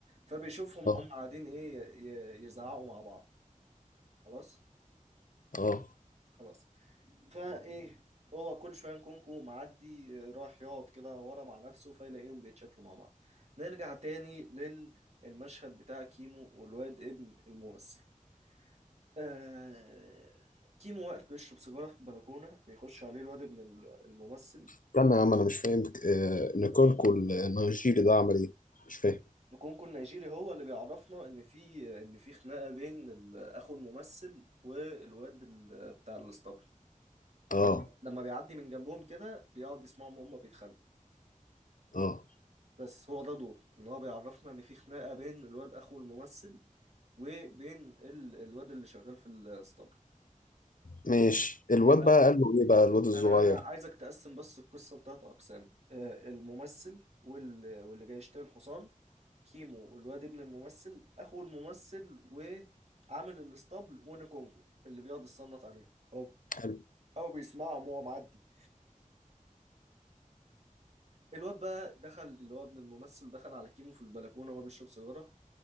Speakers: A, on the right; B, on the left.
A: فبيشوفهم
B: اه
A: وهم قاعدين ايه ي- ي- يزعقوا مع بعض خلاص
B: اه
A: خلاص فايه هو كل شويه نكونكو معدي آه، راح يقعد كده ورا مع نفسه فيلاقيهم بيتشكلوا مع بعض نرجع تاني للمشهد بتاع كيمو والواد ابن الممثل آه كيمو واقف بيشرب سيجاره في البلكونه بيخش عليه الواد ابن ال- الممثل
B: استنى يا عم أنا مش فاهم آه، نيكولكو النيجيري ده عمل إيه؟ مش فاهم
A: نكونكو النيجيري هو اللي بيعرفنا ان في ان في خناقه بين ال- اخو الممثل والواد ال- بتاع الاسطبل
B: اه
A: لما لما بيعدي من جنبهم كده بيقعد يسمعهم هما بيتخانقوا
B: اه
A: بس هو ده دور ان هو بيعرفنا ان في خناقه بين الواد اخو الممثل وبين ال... الواد اللي شغال في الاسطبل
B: ماشي الواد
A: يبقى
B: بقى قال له إيه بقى الواد الصغير
A: انا انا عايزك تقسم بس القصه لثلاث اقسام آه، الممثل وال... واللي جاي يشتري الحصان كيمو والواد ابن الممثل اخو الممثل وعامل الاسطبل ونكونجو اللي بيقعد يصنت عليهم او
B: حلو
A: او بيسمعهم وهو معدي الواد بقى دخل اللي هو ابن الممثل دخل على كيمو في البلكونه وهو بيشرب سيجاره